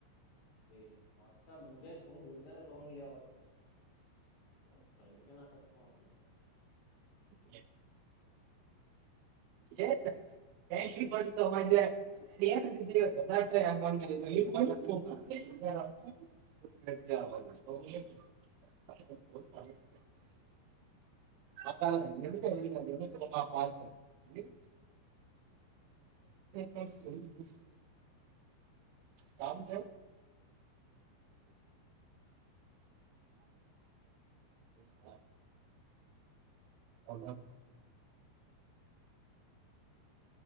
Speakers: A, on the left (about 70°); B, on the right (about 80°).
A: ಹ ಮಾಡ ಮುಂಜೆ ತು ರಜರ್ ಟ ಒನ್ ಲವ <inaudible> ೆ ಆ <unintelligible>
B: ಹ ಎ ಕ ಮ ಹ್ಮ್ ಅ ಎಕ್ಕೆ ಎ ಸಲಮ ಪತ ಕ ಕ ಸಂಕ <inaudible> ಹಾ ಅ